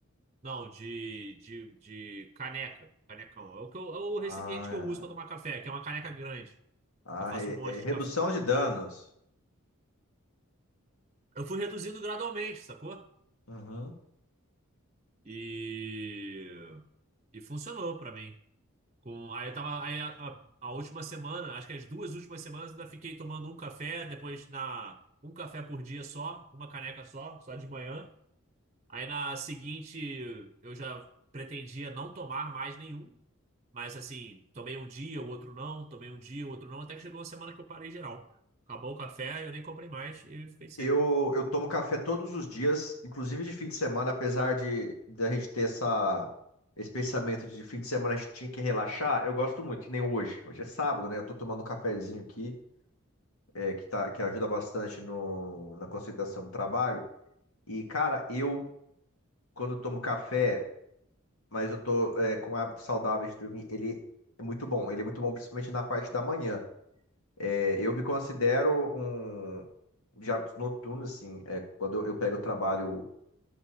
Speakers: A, on the right; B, on the left.
A: Não, de, de, de caneca, canecão. É o, que eu- é o
B: Ah,
A: recipiente que eu uso pra tomar
B: é.
A: café, que é uma caneca grande.
B: Ah,
A: Eu faço
B: re-
A: um monte
B: é redução
A: de café.
B: de danos.
A: Eu fui reduzindo gradualmente, sacou?
B: Uhum.
A: E, e funcionou pra mim. Com, aí eu tava. Aí a, a- a última semana, acho que as duas últimas semanas, ainda fiquei tomando um café, depois na. Um café por dia só, uma caneca só, só de manhã. Aí na seguinte eu já pretendia não tomar mais nenhum. Mas assim, tomei um dia, o outro não, tomei um dia, o outro não, até que chegou uma semana que eu parei geral. Acabou o café, eu nem comprei mais e fiquei sem.
B: Eu, eu tomo café todos os dias, inclusive de fim de semana, apesar de, de a gente ter essa, esse pensamento de fim de semana a gente tinha que relaxar, eu gosto muito, que nem hoje. Hoje é sábado, né? Eu tô tomando um cafezinho aqui, é, que, tá, que ajuda bastante no, na concentração do trabalho. E, cara, eu, quando tomo café, mas eu tô, é, com hábitos saudáveis de dormir, ele é muito bom. Ele é muito bom, principalmente na parte da manhã. É, eu me considero um de hábitos noturnos, assim, é, quando eu eu pego o trabalho.